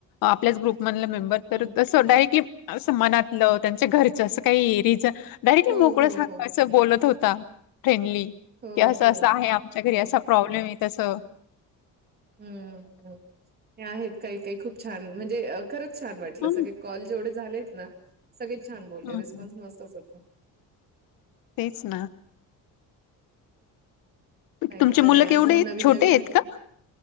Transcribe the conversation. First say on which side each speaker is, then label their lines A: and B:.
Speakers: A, on the left (about 80°); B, on the right (about 30°).
A: आपल्याच ग्रुपमधले मेंम्बर तर
B: हम्म.
A: तस डायरेक्टली अस मनातलं, त्यांच्या घरच असं काही रिझन डायरेक्टली
B: हो,
A: मोकडं
B: हो,
A: सांगा,
B: हो.
A: असं बोलत होता फ्रेंडली कि
B: हो,
A: असं
B: हो.
A: असं आहे आमच्या घरी,
B: हो.
A: असा प्रॉब्लेम आहे तस
B: हम्म.. हम्म.. हे आहेत काही काही खूप छान म्हणजे, खरंच छान वाटलं,
A: हं,
B: सगळे कॉल जेवढे झालेत ना, सगळेच छान बोलले
A: हं,
B: रिस्पॉन्स
A: हं.
B: मस्तच होत.
A: तेच ना
B: पाहिजे
A: तुमची
B: बरे,
A: मुलं केवढे
B: अजून
A: आहेत?
B: नवीन
A: छोटे
B: नवीन
A: आहेत का?